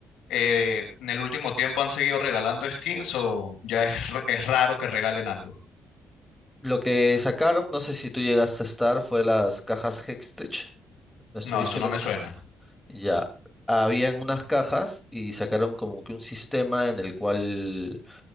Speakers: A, on the left; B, in the centre.
A: eh, en el último tiempo han seguido regalando skins o ya es, r- es raro que regalen algo.
B: Lo que sacaron, no sé si tú llegaste a estar, fue las cajas Hextech. ¿No estuviste
A: No, eso no
B: con
A: me
B: eso?
A: suena.
B: Ya. Habían unas cajas y sacaron como que un sistema en el cual